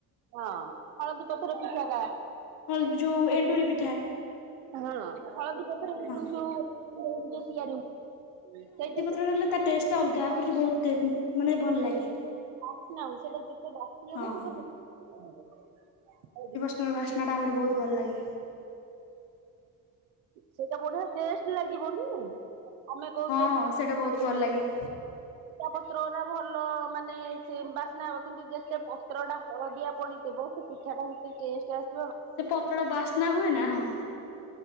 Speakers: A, on the right (about 80°); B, on the left (about 65°).
A: ହଁ ହଳଦୀ ପତର ପିଠାଟା।
B: ଏ ଯୋଉ ଏଣ୍ଡୁରି ପିଠା।
A: ହଁ ହଳଦୀ ପତ୍ରରେ
B: ହଁ
A: ଯୋଉ ଯୋଉ ତିଆରି ହୁଏ।
B: ଆଉ ରହିଲା ତା ଟେଷ୍ଟ ଅଲଗା ଆହୁରି ବହୁତ ଟେପ ମାନେ ଭଲ ଲାଗେ।
A: ବାସ୍ନା ଆଉ ସେଟା ଯେତେ ବାସି
B: ହଁ
A: ହେବ ସେତେ
B: ହୁଁ ବାସ୍ନାଟା ଆହୁରି ବହୁତ ଭଲ ଲାଗେ।
A: ସେଇଟା ବଢ଼ିଆ ଟେଷ୍ଟ ଲାଗିବନି ଆମେ କହୁଛେ
B: ହଁ ସେଇଟା ବହୁତ ଭଲ ଲାଗେ।
A: ପତ୍ରଗୁରା ଭଲ ମାନେ ସେ ବାସ୍ନା ହବ କିନ୍ତୁ ଯେତେ ପତ୍ରଟା ହଳଦିଆ ପଡିଥିବ ପିଠାଟା ହେତେ ଟେଷ୍ଟ ଆ
B: ସେ ପତ୍ରଟା ବାସ୍ନା ହୁଏ ନା ହଁ।